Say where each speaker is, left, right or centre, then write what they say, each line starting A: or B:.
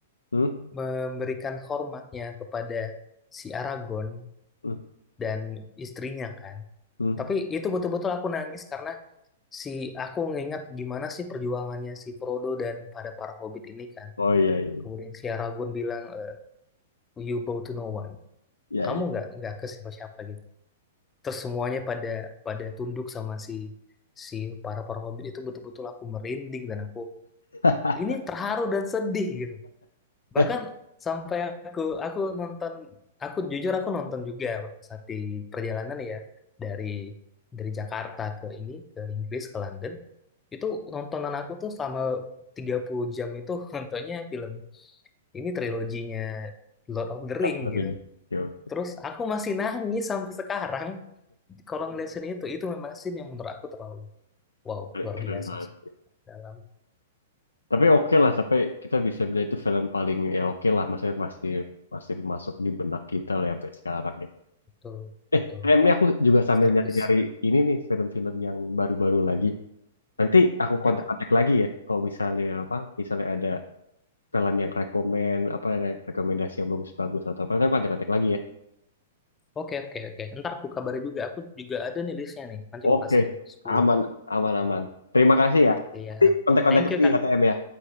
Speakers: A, on the left; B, on the left.
A: Hmm?
B: memberikan hormatnya kepada si Aragorn
A: Hmm?
B: dan istrinya kan.
A: Hmm?
B: Tapi itu betul-betul aku nangis karena si aku ngingat gimana sih perjuangannya si Frodo dan pada para hobbit ini kan.
A: Oh iya iya.
B: Kemudian si Aragorn bilang, eh, You bow to no one.
A: Iya
B: kamu
A: iya.
B: nggak nggak ke siapa-siapa gitu terus semuanya pada pada tunduk sama si si para para hobbit itu betul-betul aku merinding dan aku
A: <laughs>
B: ini terharu dan sedih gitu bahkan
A: Eh,
B: sampai aku aku nonton aku jujur aku nonton juga waktu saat di perjalanan ya dari dari Jakarta ke ini ke Inggris ke London itu nontonan aku tuh selama 30 jam itu <laughs> nontonnya film ini triloginya Lord of the Ring
A: keren.
B: gitu
A: Yo,
B: Terus aku masih nangis sampai sekarang kalau ngeliat scene itu, itu memang scene yang menurut aku terlalu wow, luar
A: keren
B: biasa
A: banget.
B: sih. Dalam
A: tapi oke lah sampai kita bisa bilang itu film paling ya oke lah maksudnya masih masih masuk di benak kita lah ya sampai sekarang nih
B: betul betul
A: eh ayam nih aku juga
B: masterpiece.
A: sambil nyari-nyari ini nih film-film yang baru-baru lagi nanti aku
B: Ya
A: kontak-kontak
B: Kak.
A: lagi ya kalau misalnya apa misalnya ada film yang rekomen apa re- rekomendasi yang bagus-bagus atau apa nanti aku kontak-kontak lagi ya
B: Oke oke oke. Ntar aku kabari juga. Aku juga ada nih listnya nih. Nanti aku
A: oke
B: kasih ya 10.
A: aman aman aman
B: Ya.
A: terima kasih ya
B: Siap.
A: nanti kontak-kontak
B: Thank
A: lagi
B: you Kak.
A: ya TM ya